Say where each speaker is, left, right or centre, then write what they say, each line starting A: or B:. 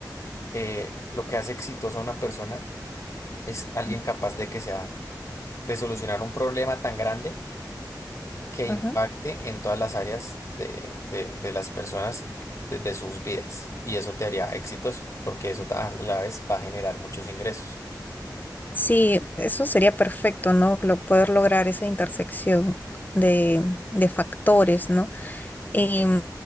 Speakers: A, on the left (about 45°); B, on the left (about 25°).
A: eh, lo que hace exitosa a una persona es alguien
B: Ujú.
A: capaz de que sea, de solucionar un problema tan grande que
B: Ajá.
A: impacte en todas las áreas de, de- de las personas de, de sus vidas. Y eso te haría exitoso, porque eso ta- a la vez va a generar muchos ingresos.
B: Sí, eso sería perfecto, ¿no? Lo- poder lograr esa intersección de, de factores, ¿no? Y mm,